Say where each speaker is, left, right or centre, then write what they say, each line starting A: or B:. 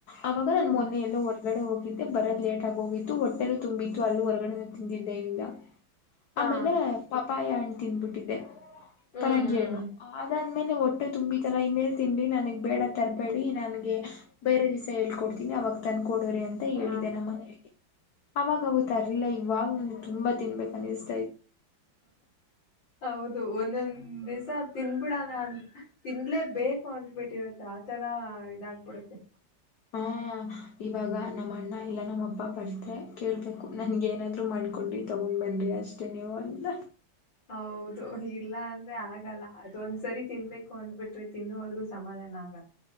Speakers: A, on the left (about 55°); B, on the left (about 75°).
A: ಅವಾಗ ನನ್
B: ಹ್ಮ್
A: ಮೊನ್ನೆ ಎಲ್ಲ ಹೊರಗಡೆ ಹೋಗಿದ್ದೆ ಬರೋದ ಲೇಟ್ ಆಗ ಹೋಗಿತ್ತು ಹೊಟ್ಟೆನ ತುಂಬಿತ್ತು ಅಲ್ಲಿ ಹೊರಗಡೆ ತಿಂದಿದ್ದ ಇಂದ
B: ಹಾ
A: ಆಮೇಲೆ ಪಪಾಯ ಹಣ್ಣು ತಿಂದ್ಬಿಟ್ಟಿದೆ
B: ಹ್ಮ್
A: ಪರಂಗಿಹಣ್ಣು ಆದ ಆಮೇಲೆ ಹೊಟ್ಟೆ ತುಂಬಿತಲ್ಲಾ ಇನ್ನೇಳ್ ತಿನ್ರಿ ನನಗ್ ಬೇಡ ತರಬೇಡಿ ನನ್ಗೆ ಬೇರೆ ದಿವಸ ಹೇಳ್ಕೊಡ್ತೀಿ ಅವಾಗ ತನ್ ಕೊಡರಿ ಅಂತ
B: ಹ
A: ಹೇಳಿದೆ ನಮ್ಮ ಮನೆಯಲ್ಲಿ ಅವಾಗವತ್ತುರಿಲ್ಲ ಇವಾಗ ನನಗೆ ತುಂಬಾ ತಿನ್ಬೇಕು ಅ
B: ಹೌದು ಒಂದೊಂದು ದಿಸ ತಿನ್ ಬಿಡಲ್ಲ ಅಂತ ತಿಂನಲೇ ಬೇಕು ಅಂದಬಿಟ್ಟಿರತ್ತ ಆತರ ಇದಾಗಬಿಡುತ್ತೆ
A: ಹ ಇವಾಗ ನಮ್ಮ ಅಣ್ಣ ಇಲ್ಲ ನಮ್ಮ ಅಪ್ಪ ಬರ್ದ್ರೆ ಕೇಳ್ಬೇಕು ನನ್ಗ ಏನಾದ್ರು ಮಾಡ್ಕೊಂಡ್ರಿ ತಗೊಂಡ್ ಬನ್ನಿ ಅಷ್ಟೇ ನೀವು ಅಂತ
B: ಹೌದು ಇಲ್ಲ ಅಂದ್ರೆ ಆಗಲ್ಲ ಅ ಒಂದ್ ಸರಿ ತಿನ್ಬೇಕು ಅಂದ್ಬಿಟ್ರೆ ತಿನ್ನೋವಲ್ಗೂ ಸಮಾಧಾನ ಆಗಲ್ಲ.